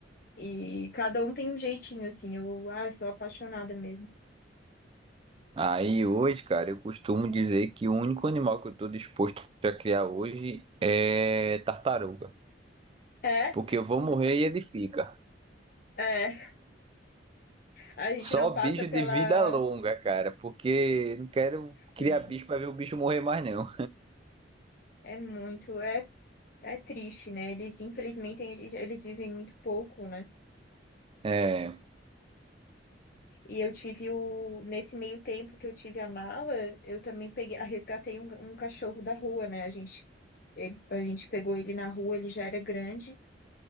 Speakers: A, on the left; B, on the right.
A: E cada um tem um jeitinho, assim. Eu, ah, sou apaixonada mesmo.
B: Aí hoje, cara, eu costumo dizer que o único animal que eu tô disposto a criar hoje é tartaruga.
A: É,
B: Porque eu vou morrer e ele fica.
A: é. A gente
B: Só
A: não passa
B: bicho de
A: pela.
B: vida longa, cara, porque não quero
A: Sim.
B: criar bicho pra ver o bicho morrer mais não.
A: É muito. É É triste, né? Eles, infelizmente, eles, eles vivem muito pouco, né?
B: É,
A: E eu tive o. Nesse meio tempo que eu tive a mala, eu também peguei, ah, resgatei um, um cachorro da rua, né? A gente, ele, a gente pegou ele na rua, ele já era grande.